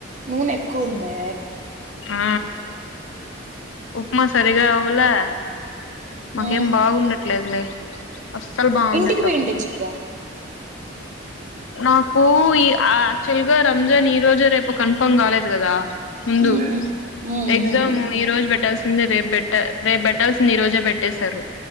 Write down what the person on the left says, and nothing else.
ఆ ఉప్మా సరగా అవలే మాకేం
బాగుండట్ ఒకట్లాగలే అస్సలు బాగుండట్లా
ఫుడ్డు
నాకు ఈ యాక్చువల్ గా రంజాన్ ఈ రోజు రేపు కన్ఫర్మ్ కాలేదు కదా ముందు
ఎగ్జామ్
ఈ రోజు పెట్టల్స రేపుట్ట రేపు పెట్టాల్సింది ఈ రోజే పెట్టేేశారు